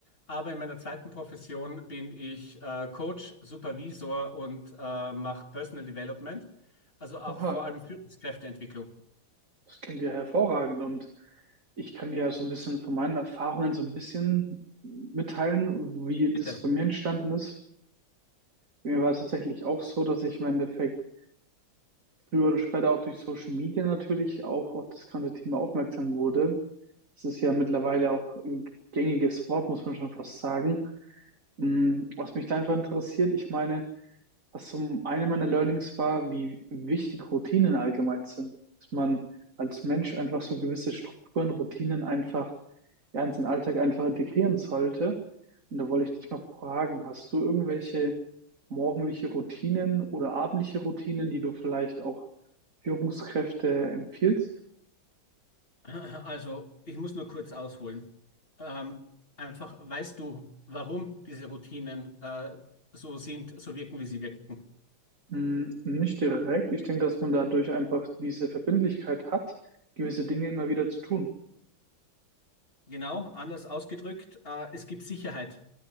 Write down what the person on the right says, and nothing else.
Oha,
das klingt ja hervorragend und ich kann dir ja so ein bisschen von meinen Erfahrungen so ein bisschen mitteilen, wie das
bei
mir entstanden ist. Mir war es tatsächlich auch so, dass ich im Endeffekt früher oder später auch durch Social Media natürlich auch auf das ganze Thema aufmerksam wurde. Es ist ja mittlerweile auch ein gängiges Wort, muss man schon fast sagen. Hm, Was mich da einfach interessiert, ich meine, was zum einen meiner Learnings war, wie wichtig Routinen allgemein sind. Dass man als Mensch einfach so gewisse Strukturen, Routinen einfach ja, in seinen Alltag einfach integrieren sollte. Und da wollte ich dich mal fragen, hast du irgendwelche morgendliche Routinen oder abendliche Routinen, die du vielleicht auch Führungskräfte empfiehlst?
Hm, Nicht direkt. Ich denke, dass man dadurch einfach diese Verbindlichkeit hat, gewisse Dinge immer wieder zu tun.